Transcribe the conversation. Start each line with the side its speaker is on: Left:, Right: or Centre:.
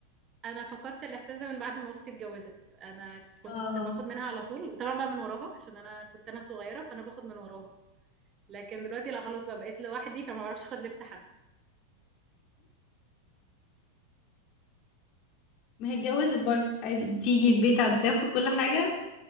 Right: انا فقدت الاحساس ده من بعد ما اختي اتجوزت انا كنت
Left: اه
Right: باخد منها على طول وطبعا بقى من وراها عشان انا كنت انا صغيره فانا باخد من وراها لكن دلوقتي لا خلاص بقى بقيت لوحدي فما بعرفش اخد لبس حد
Left: ما هي اتجوزت برضه عادي بتيجي البيت عاد- تاخد كل حاجة